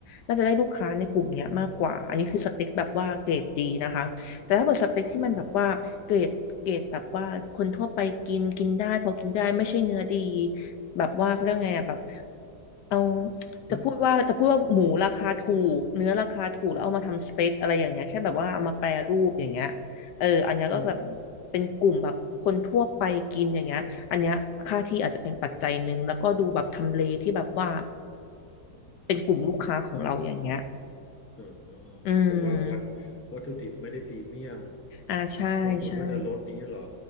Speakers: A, on the left; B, on the left.
A: น่าจะได้ลูกค้าในกลุ่มเนี้ยมากกว่าอันนี้คือสเต็กแบบว่าเกรดดีนะคะแต่ถ้าเปิดสเต็กที่มันแบบว่าเกรดเกรดแบบว่าคนทั่วไปกินกินได้พอกินได้ไม่ใช่เนื้อดี
B: อืม
A: แบบว่าเขาเรียกไงอะแบบเอา จะพูดว่าจะพูดว่าหมูราคาถูกเนื้อราคาถูกแล้วเอามาทำสเต็กอะไรอย่างเงี้ยแค่แบบว่าเอามาแปรรูปอย่างเงี้ย
B: วัต
A: เอออันเนี้ยก็แบบ
B: อืม
A: เป็นกลุ่มแบบคนทั่วไปกินอย่างเงี้ยอันเนี้ยค่าที่อาจจะเป็นปัจจัยหนึ่งแล้วก็ดูแบบทำเลที่แบบว่าเป็นกลุ่มลูกค้าของเราอย่างเงี้ย
B: เอ่าก็คือว่าวัต
A: อืม
B: วัตถุดิบไม่ได้พรีเมียม
A: อ่าใช่ใช่
B: ต้นทุนก็จะลดอย่างเงี้ยเหรอ